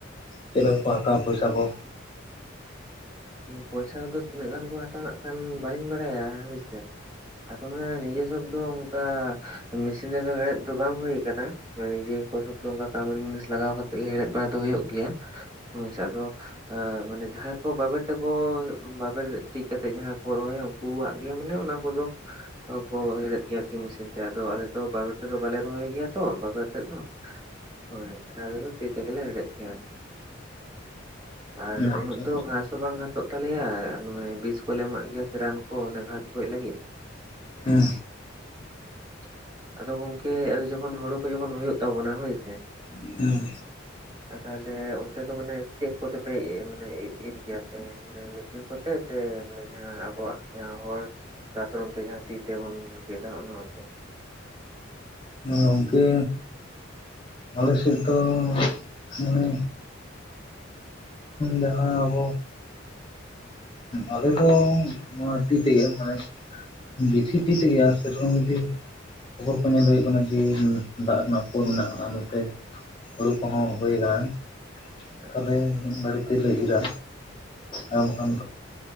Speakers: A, on the left (about 25°); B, on the right (about 20°).
A: ᱪᱮᱫ ᱞᱮᱠᱟ ᱠᱚ ᱦᱟᱛᱟᱣᱟ ᱯᱚᱭᱥᱟ ᱠᱚ?
B: ᱯᱚᱭᱥᱟ ᱠᱚᱫᱚ ᱛᱤᱱᱟᱹᱜ ᱜᱟᱱ ᱠᱚ ᱦᱟᱛᱟᱣᱟ ᱱᱟᱜ ᱠᱷᱟᱱ ᱵᱟᱹᱞᱤᱧ ᱵᱟᱲᱟᱭᱟ ᱦᱳᱭ ᱥᱮ᱾ ᱟᱫᱚ ᱢᱟᱱᱮ ᱱᱤᱡᱮ ᱥᱚᱵ ᱫᱚ ᱚᱱᱠᱟ ᱢᱮᱥᱤᱱ ᱨᱮᱫᱚ ᱦᱮᱲᱦᱮᱫ ᱫᱚ ᱵᱟᱝ ᱦᱳᱭ ᱠᱟᱱᱟ᱾ ᱱᱤᱡᱮ ᱠᱚ ᱥᱚᱵ ᱫᱚ ᱚᱱᱠᱟ ᱠᱟᱢᱤᱱ ᱢᱩᱱᱤᱥ ᱞᱟᱜᱟᱣ ᱠᱟᱛᱮᱜ ᱜᱮ ᱦᱮᱲᱦᱮᱫ ᱵᱟᱲᱟ ᱫᱚ ᱦᱳᱭᱳᱜ ᱜᱮᱭᱟ᱾ ᱦᱳᱭ ᱥᱮ ᱟᱫᱚ ᱢᱟᱱᱮ ᱡᱟᱦᱟᱸ ᱵᱟᱵᱮᱨ ᱛᱮᱠᱚ ᱵᱟᱵᱮᱨ ᱛᱤᱡ ᱠᱟᱛᱮᱜ ᱡᱟᱦᱟᱸ ᱠᱚ ᱨᱚᱦᱚᱭᱟ ᱩᱱᱠᱩᱣᱟᱜ ᱜᱮ ᱢᱟᱱᱮ ᱚᱱᱟ ᱠᱚᱫᱚ ᱠᱚ ᱦᱮᱲᱦᱮᱫ ᱜᱮᱭᱟ ᱟᱨᱠᱤ ᱢᱮᱥᱤᱱ ᱛᱮ ᱟᱫᱚ ᱟᱞᱮ ᱫᱚ ᱵᱟᱵᱮᱨ ᱛᱮᱫᱚ ᱵᱟᱞᱮ ᱨᱚᱦᱚᱭ ᱜᱮᱭᱟ ᱛᱚ ᱵᱟᱵᱮᱨ ᱛᱮᱫ ᱫᱚ᱾ ᱦᱳᱭ ᱟᱞᱮ ᱫᱚ ᱛᱤ ᱛᱮᱜᱮᱞᱮ ᱦᱮᱲᱦᱮᱫ ᱜᱮᱭᱟ ᱟᱨᱠᱤ ᱟᱨ
A: ᱟᱪᱪᱷᱟ
B: ᱩᱱᱟᱹᱜ ᱫᱚ᱾ ᱜᱷᱟᱥ ᱦᱚᱸ ᱵᱟᱝ ᱜᱷᱟᱥᱚᱜ ᱛᱟᱞᱮᱭᱟ ᱱᱚᱭᱮ ᱵᱤᱥ ᱠᱚᱞᱮ ᱮᱢᱟᱜ ᱜᱮᱭᱟ ᱥᱮ ᱨᱟᱱ ᱠᱚ ᱚᱱᱮ ᱜᱷᱟᱥ ᱜᱚᱡ ᱞᱟᱹᱜᱤᱫ᱾ <inaudible>
A: ᱦᱮᱸ
B: <inaudible> ᱟᱫᱚ ᱜᱚᱝᱠᱮ ᱡᱚᱠᱷᱚᱱ ᱦᱳᱲᱳ ᱠᱚ ᱡᱚᱠᱷᱚᱱ ᱦᱳᱭᱳᱜ ᱛᱟᱵᱚᱱᱟ ᱦᱳᱭ ᱥᱮ᱾
A: ᱦᱮᱸ
B: ᱛᱟᱦᱚᱞᱮ ᱚᱱᱛᱮ ᱫᱚ ᱢᱟᱱᱮ ᱪᱮᱫ ᱠᱚᱛᱮ ᱯᱮ ᱢᱟᱱᱮ ᱤᱨ ᱜᱮᱭᱟᱯᱮ ᱢᱟᱱᱮ ᱢᱮᱥᱤᱱ ᱠᱚᱛᱮ ᱥᱮ ᱢᱟᱱᱮ ᱡᱟᱦᱟᱸ ᱟᱵᱚᱣᱟᱜ ᱡᱟᱦᱟᱸ ᱦᱚᱲ ᱫᱟᱛᱨᱚᱢ ᱛᱮ ᱡᱟᱦᱟᱸ ᱛᱤ ᱛᱮᱵᱚᱱ ᱜᱮᱫᱟ ᱚᱱᱟᱛᱮ?
A: ᱜᱚᱢᱠᱮ ᱟᱞᱮ ᱥᱮᱫ ᱫᱚ ᱢᱟᱱᱮ ᱡᱟᱦᱟᱸ ᱟᱵᱚ ᱟᱞᱮ ᱫᱚ ᱱᱚᱣᱟ ᱛᱤ ᱛᱮᱜᱮ ᱢᱟᱱᱮ ᱵᱮᱥᱤ ᱛᱤ ᱛᱮᱜᱮ ᱟᱨᱠᱤ ᱛᱚᱠᱷᱚᱱ ᱡᱩᱫᱤ ᱠᱷᱚᱵᱚᱨ ᱠᱚ ᱧᱮᱞ ᱦᱳᱭᱳᱜ ᱠᱟᱱᱟ ᱡᱮ ᱫᱟᱜ ᱨᱮᱱᱟᱜ ᱯᱚᱨ ᱢᱮᱱᱟᱜᱼᱟ ᱱᱚᱛᱮ, ᱦᱳᱲᱳ ᱠᱚᱦᱚᱸ ᱦᱳᱭ ᱠᱟᱱᱟ,
B: ᱟᱪᱪᱷᱟ
A: ᱛᱟᱦᱞᱮ ᱜᱟᱲᱤ ᱛᱮᱞᱮ ᱤᱨᱟ᱾ ᱟᱨ ᱵᱟᱝᱠᱷᱟᱱ